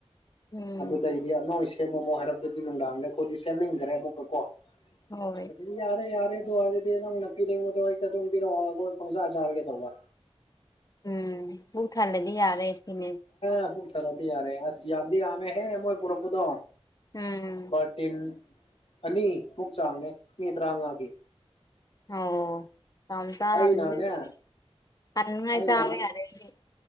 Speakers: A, on the left (about 35°); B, on the left (about 60°).
A: ꯎꯝ
B: ꯑꯗꯨꯗꯩꯗꯤ ꯑ ꯅꯣꯏ ꯁꯦꯝꯃꯃꯣ ꯍꯥꯏꯔꯛꯇꯗꯤ ꯅꯨꯡꯗꯥꯡꯗ ꯈꯣꯏꯗꯤ ꯁꯦꯝꯅꯤꯡꯗ꯭ꯔꯦ ꯑꯃꯨꯛꯀ ꯀꯣ
A: ꯍꯣꯏ
B: ꯑꯗꯨꯗꯤ ꯌꯥꯔꯦ ꯌꯥꯔꯦ ꯑꯗꯨ ꯑꯣꯏꯔꯒꯗꯤ ꯅꯪꯅ ꯄꯤꯅꯤꯡꯕꯗꯣ ꯍꯦꯛꯇ ꯑꯗꯨꯝ ꯄꯤꯔꯛꯑꯣ ꯃꯣꯏ ꯄꯪꯆꯥ ꯆꯥꯔꯒꯦ ꯇꯧꯕ
A: ꯎꯝ ꯄꯨꯛ ꯊꯜꯂꯗꯤ ꯌꯥꯔꯦ ꯁꯤꯅꯦ
B: ꯑ ꯄꯨꯛ ꯊꯜꯂꯗꯤ ꯌꯥꯔꯦ ꯑꯁ ꯌꯥꯝꯗꯤ ꯌꯥꯝꯃꯦꯍꯦ ꯃꯣꯏ ꯄꯨꯔꯛꯄꯨꯗ
A: ꯎꯝ
B: ꯕꯥꯔꯇꯤꯟ ꯑꯅꯤ ꯃꯨꯛ ꯆꯥꯡꯅꯦ ꯃꯤ ꯇꯔꯥꯡꯉꯥꯒꯤ
A: ꯑꯣ ꯌꯥꯝ ꯆꯥꯔꯝꯅꯤ
B: ꯑꯩꯅꯅꯦ
A: ꯑꯗꯨꯗꯤ ꯇꯟꯉꯩꯏ
B: ꯑꯩꯅ
A: ꯆꯥꯕ ꯌꯥꯔꯦ ꯗꯨꯗꯤ